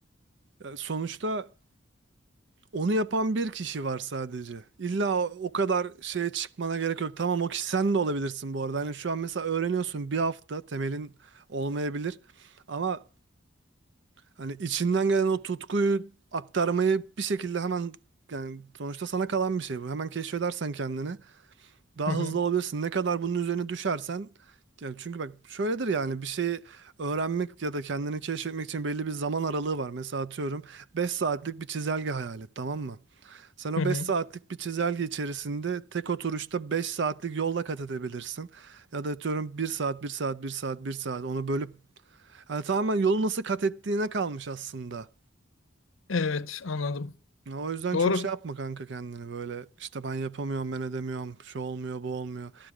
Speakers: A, on the right; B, on the left.
A: Ya sonuçta onu yapan bir kişi var sadece. İlla o, o kadar şeye çıkmana gerek yok. Tamam o kişi sen de olabilirsin bu arada. Hani şu an mesela öğreniyorsun bir hafta temelin olmayabilir. Ama hani içinden gelen o tutkuyu aktarmayı bir şekilde hemen yani sonuçta sana kalan bir şey bu. Hemen keşfedersen kendini. daha
B: hı hı,
A: hızlı olabilirsin. Ne kadar bunun üzerine düşersen yani çünkü bak şöyledir yani bir şeyi öğrenmek ya da kendini keşfetmek için belli bir zaman aralığı var. Mesela atıyorum 5 saatlik bir çizelge hayal et tamam mı? Sen o
B: hı hı.
A: 5 saatlik bir çizelge içerisinde tek oturuşta 5 saatlik yolla kat edebilirsin. Ya da atıyorum bir saat, bir saat, bir saat, bir saat onu bölüp yani tamamen yolu nasıl kat ettiğine kalmış aslında.
B: Evet anladım.
A: Ya O yüzden
B: Doğru.
A: çok şey yapma kanka kendini böyle işte ben yapamıyorum ben edemiyorum şu olmuyor bu olmuyor.